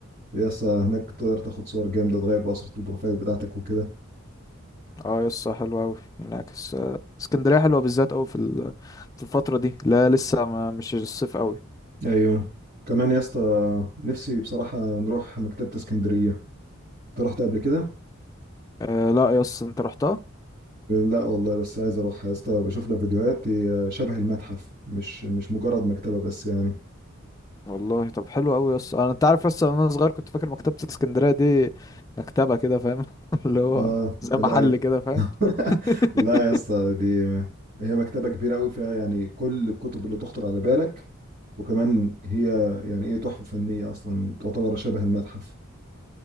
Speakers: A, on the right (about 45°); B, on the left (about 15°).
A: يا اسطى هناك تقدر تاخد صور جامدة تغير بقى صورة البروفايل بتاعتك وكده
B: اه يسا حلو أوي ينعكس آه، اسكندرية حلوة بالذات أوي في ال- في الفترة دي لا لسه ما مش الصيف أوي
A: ايوه كمان يا اسطى نفسي بصراحة نروح مكتبة اسكندرية انت رحت قبل كده؟
B: آه لا يسا انت رحتها
A: لا والله بس عايز اروح يا اسطى بشوف لها فيديوهات هي شبه المتحف مش مش مجرد مكتبة بس يعني
B: والله طب حلو أوي يسا انا انت عارف يسا وانا صغير كنت فاكر مكتبة اسكندرية دي مكتبة كده فاهم <laughs> اللي هو
A: اه
B: زي
A: لا
B: محل كده فاهم
A: <laughs>
B: <laughs>
A: لا يا اسطى دي هي مكتبة كبيرة قوي فيها يعني كل الكتب اللي تخطر على بالك وكمان هي يعني ايه تحفة فنية اصلا تعتبر شبه المتحف